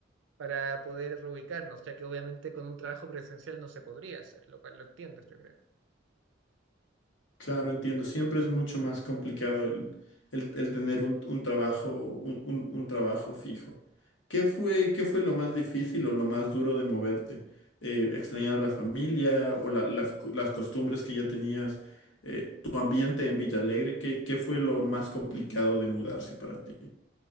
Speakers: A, on the right (about 80°); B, on the left (about 85°).
A: para poder reubicarnos, ya que obviamente con un trabajo presencial no se podría hacer, lo cual lo entiendes, yo creo.
B: Claro, entiendo. Siempre es mucho más complicado el, el- el tener un, un trabajo, un, un- un trabajo fijo. ¿Qué fue, qué fue lo más difícil o lo más duro de moverte? Eh, ¿extrañar la familia o la- las, co- las costumbres que ya tenías, eh, tu ambiente en Villalegre? ¿Qué, qué fue lo más complicado de mudarse para ti?